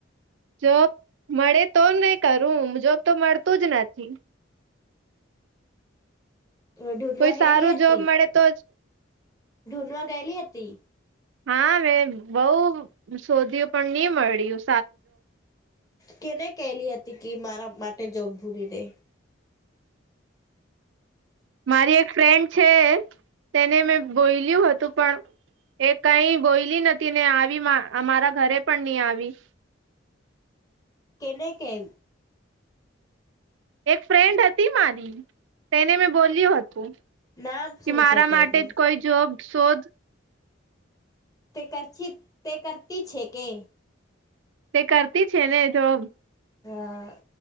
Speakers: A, on the right; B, on the left.
A: જોબ મળે તો નઈ કરુ, જોબ તો મળતું જ નથી.
B: હુ ઢૂંઢવા
A: કોઈ
B: ગયેલી
A: સારું
B: હતી
A: જોબ મળે તો જ
B: ઢૂઢવા ગયેલી હતી
A: હા, મેં બઉ શોધ્યું પણ નહી મળ્યુ
B: કેને કેલી હતી, કે મારા માટે જો ભૂલી દે
A: મારી એક ફ્રેન્ડ છે, તેને મેં બોલ્યું હતુ પણ એ કઈ બોયલી નથી ને આવીમા, અમારા ઘરે પણ નઈ આવી
B: કેને, કેવ
A: એક ફ્રેન્ડ હતી મારી તેને મેં બોલ્યું હતુ
B: નામ શું
A: કે મારા
B: છે તેનું
A: માટે જ કોઈ જોબ શોધ
B: તે કર છી, તે કરતી છે, કે
A: તે કરતી છેને, જોબ
B: હા